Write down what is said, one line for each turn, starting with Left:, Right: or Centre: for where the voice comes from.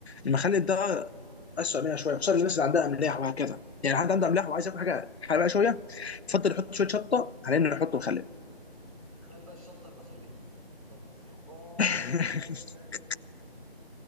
Left: المخلل ده اسوء منها شويه خصوصا الناس اللي عندها املاح وهكذا يعني حد عنده املاح وعايز ياكل حاجه حراقه شويه يفضل يحط
Right: مم.
Left: شويه شطه على انه يحط مخلل
Right: تخيل بقى الشطة المخلية <laughs> اوه
Left: <laughs>
Right: يا ساتر